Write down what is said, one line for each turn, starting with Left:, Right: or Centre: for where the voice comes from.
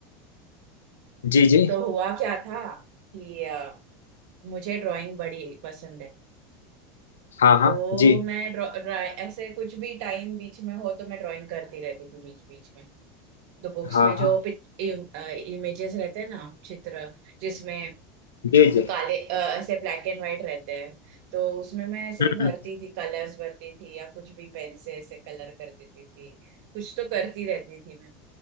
Left: जी जी
Right: तो हुआ क्या था कि अ, मुझे ड्राइंग बड़ी पसंद है
Left: हाँ हाँ
Right: तो
Left: जी
Right: मैं draw- dra- ऐसे कुछ भी टाइम बीच में हो तो मैं ड्राइंग करती रहती थी बीच बीच में तो बुक्स
Left: हाँ
Right: में जो
Left: हाँ
Right: इमेजेस रहते हैं ना चित्र जिसमें
Left: जी जी
Right: तो काले अ, ऐसे ब्लैक एंड व्हाइट रहते हैं तो उसमें मैं ऐसे
Left: हम्म,
Right: भरती
Left: हम्म।
Right: थी कलर्स भरती थी या कुछ भी पेन से ऐसे कलर कर देती थी कुछ तो करती रहती थी मैं